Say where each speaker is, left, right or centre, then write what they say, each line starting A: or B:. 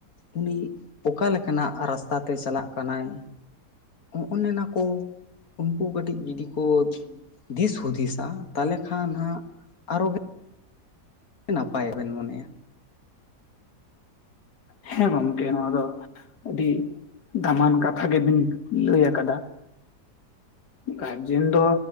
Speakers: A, on the left; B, on the left.
A: ᱩᱱᱤ ᱚᱠᱟ ᱞᱮᱠᱟᱱᱟᱜ ᱨᱟᱥᱛᱟ ᱛᱮ ᱪᱟᱞᱟᱜ ᱠᱟᱱᱟᱭ᱾ ᱚᱱᱮ ᱚᱱᱟ ᱠᱚ᱾ ᱩᱱᱠᱩ ᱠᱟᱹᱴᱤᱡ ᱡᱩᱫᱤ ᱠᱚ ᱫᱤᱥ ᱦᱩᱫᱤᱥᱟ ᱛᱟᱦᱞᱮ ᱠᱷᱟᱱ ᱦᱟᱸᱜ, ᱟᱨᱚ᱾ ᱱᱟᱯᱟᱭᱚᱜ ᱵᱮᱱ ᱢᱚᱱᱮᱭᱟ᱾
B: ᱦᱮᱸ ᱜᱚᱢᱠᱮ ᱱᱚᱣᱟ ᱫᱚ᱾ ᱟᱹᱰᱤ ᱫᱟᱢᱟᱱ ᱠᱟᱛᱷᱟ ᱜᱮᱵᱤᱱ ᱞᱟᱹᱭ ᱟᱠᱟᱫᱟ᱾ ᱜᱟᱨᱡᱮᱱ ᱫᱚ